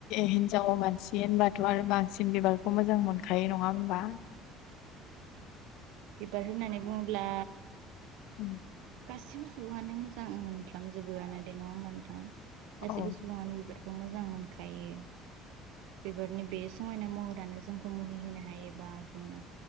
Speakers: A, on the left (about 70°); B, on the right (about 75°).
A: हिनजाव मानसि होनबाथ' आरो बांसिन बिबारखौ मोजां मोनखायो नङा होमबा
B: बिबार होनना बुङोब्ला
A: उम
B: गासैबो सुबुङानो मोजां मोनफ्रामजोबोआनो दे नङा होमबा नोंथां गासिबो
A: औ
B: सुबुङानो बिबार मोजां मोनखायो बेफोरनि बे समायना महरानो जोंखौ मुहि होनो हायो बा जोङो